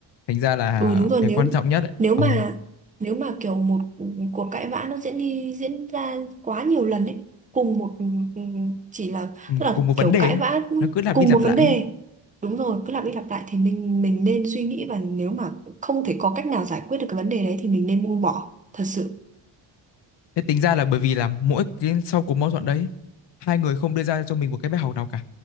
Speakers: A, on the left; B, on the right.
A: thành ra là
B: ừ đúng rồi
A: cái
B: nếu
A: quan trọng nhất ấy,
B: nếu
A: ờ,
B: mà nếu mà kiểu một cuộc cãi vã nó diễn đi diễn ra quá nhiều lần ấy cùng một ừ, ừ, chỉ là
A: ừ,
B: tức là
A: cùng một vấn
B: kiểu
A: đề
B: cãi
A: ấy,
B: vã
A: nó cứ lặp
B: cùng
A: đi lặp
B: một
A: lại
B: vấn đề
A: ấy.
B: đúng rồi cứ lặp đi lặp lại thì mình mình nên suy nghĩ và nếu mà không thể có cách nào giải quyết được cái vấn đề đấy thì mình nên buông bỏ thật sự
A: Thế tính ra là bởi vì là mỗi cái sau cuộc mâu thuẫn đấy hai người không đưa ra cho mình một cái bài học nào cả.